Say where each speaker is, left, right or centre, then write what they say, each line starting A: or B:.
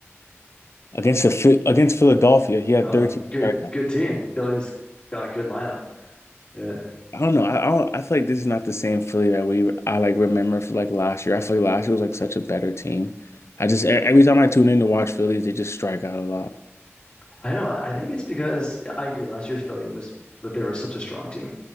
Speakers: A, on the left; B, on the left.
A: against the Phi- against Philadelphia. He had
B: Oh,
A: 13
B: good,
A: strikeouts.
B: good team. Philly's got a good lineup. Yeah.
A: I don't know. I I, don't, I feel like this is not the same Philly that we I like remember for like last year. I feel like last year was like such a better team. I just e- every time I tune in to watch Phillies, they just strike out a lot.
B: I know. I think it's because yeah, I agree. Last year's Philly was, but they were such a strong team.